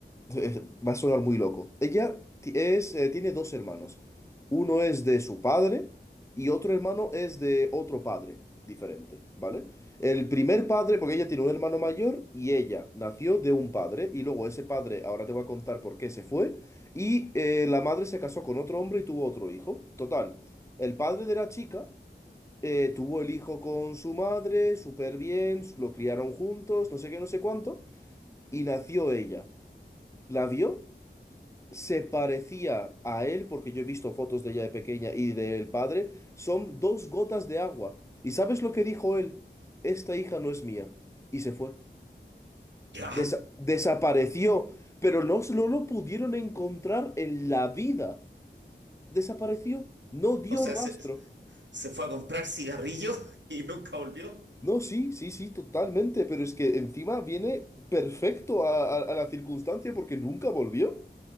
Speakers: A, on the left (about 15°); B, on the right (about 75°).
A: es- va a sonar muy loco. Ella ti- es, eh, tiene dos hermanos. Uno es de su padre y otro hermano es de otro padre diferente, ¿vale? El primer padre, porque ella tiene un hermano mayor y ella nació de un padre y luego ese padre, ahora te voy a contar por qué se fue, y eh, la madre se casó con otro hombre y tuvo otro hijo. Total, el padre de la chica eh, tuvo el hijo con su madre, súper bien, lo criaron juntos, no sé qué, no sé cuánto, y nació ella. La vio se parecía a él, porque yo he visto fotos de ella de pequeña y del padre, son dos gotas de agua. ¿Y sabes lo que dijo él? Esta hija no es mía. Y se fue.
B: Ya.
A: Desa- desapareció, pero no, no lo pudieron encontrar en la vida. Desapareció, no dio
B: O sea,
A: rastro.
B: se, se fue a comprar cigarrillos <laughs> y nunca volvió.
A: No, sí, sí, sí, totalmente, pero es que encima viene perfecto a, a a la circunstancia porque nunca volvió.